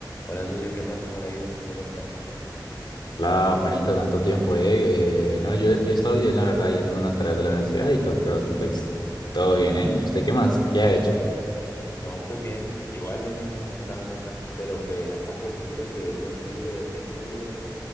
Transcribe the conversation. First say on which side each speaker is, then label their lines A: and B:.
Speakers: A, on the left; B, on the left.
A: Hola, socio, ¿qué más? ¿Cómo le ha ido? ¿Qué me cuenta?
B: La panita, tanto tiempo, ¿eh? Eh, no, yo, yo he estado bien, la verdad, ya haciendo unas tareas de la universidad y todo, pero pues, todo bien, ¿eh? ¿Y usted qué más? ¿Qué ha hecho?
A: No, pues bien, igual lo mismo, estaba en esas, pero pues hace poquito que tuve un poquito de tiempo libre,